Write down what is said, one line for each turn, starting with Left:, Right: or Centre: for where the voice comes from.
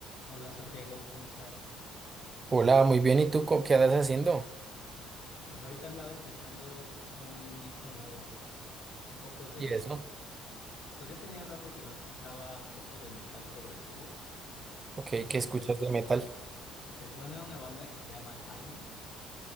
Left: Hola Santiago, ¿cómo estás?
Right: Hola, muy bien. ¿Y tú co- qué andas haciendo?
Left: Pues ahorita andaba escuchando un disco nuevo, un poco de,
Right: ¿Y eso?
Left: pues ya tenía rato que no escuchaba un poco de metal progresivo.
Right: Ok,
Left: No sé
Right: ¿qué
Left: si
Right: escuchas
Left: te,
Right: de metal?
Left: te suena una banda que se llama Cynic.